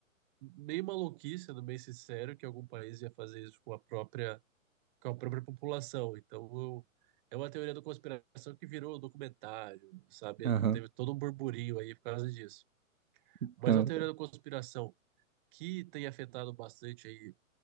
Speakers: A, on the right; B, on the right.
A: meio maluquice, sendo bem sincero, que algum país ia fazer isso com a própria, com a própria população. Então, eu- é uma teoria da conspiração que virou documentário, sabe?
B: Aham.
A: Teve todo um burburinho aí por causa disso.
B: Então,
A: Mas a teoria
B: cara.
A: da conspiração que tem afetado bastante aí